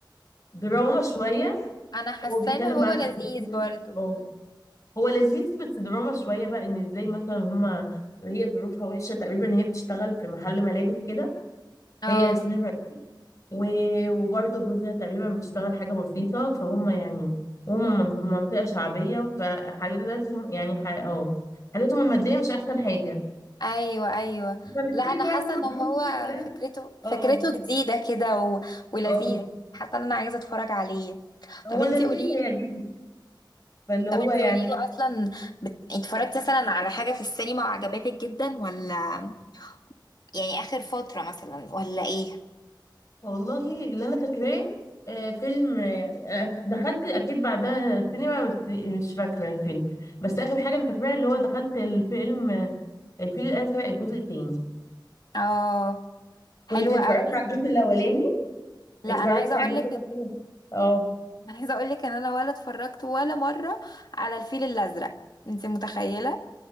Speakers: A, on the left (about 40°); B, on the left (about 60°).
A: دراما شوية
B: انا حاسه
A: هو بيتكلم
B: ان هو
A: بقى عن
B: لذيذ
A: الجواز يعني
B: برضو
A: اه هو لذيذ بس دراما شوية بقى ان ازاي مثلا هما هي ظروفها وحشة تقريبا هي بتشتغل في محل ملابس كده
B: اه
A: هي ياسمين رئيس و- وبرضه جوزها تقريبا بيشتغل حاجة بسيطة فهم يعني وهم من منطقة شعبية فحالتهم يعني ح- اه حالتهم المادية مش أحسن حاجة
B: ايوه ايوه
A: فبتقولي
B: لا انا
A: رغم
B: حاسه
A: الظروف
B: ان هو
A: دي كلها
B: فكرته فكرته
A: اه
B: جديده كده و... ولذيذ
A: اه
B: حتى انا عايزه اتفرج عليه
A: هو
B: طب انتي
A: لذيذ
B: قوليلي
A: هيعجبك فاللي
B: طب
A: هو
B: انتي
A: يعني
B: قوليلي اصلا بت... اتفرجتي مثلا على حاجه في السينما وعجبتك جدا ولا يعني اخر فتره مثلا ولا ايه
A: والله اللي انا فاكراه آه، فيلم آه، يعني أنا دخلت اكيد بعدها سينما بس مش فاكره الفيلم بس اخر حاجه انا فاكراها اللي هو دخلت الفيلم آه، الفيل الازرق الجزء التاني
B: اه
A: كنت
B: حلوه
A: اتفرجت
B: قوي
A: على الجزء الاولاني
B: لا
A: اتفرجت
B: انا عايزه
A: عليه
B: اقولك
A: مرتين اه
B: انا عايزه اقول لك ان انا ولا اتفرجت ولا مره على الفيل الازرق انت متخيله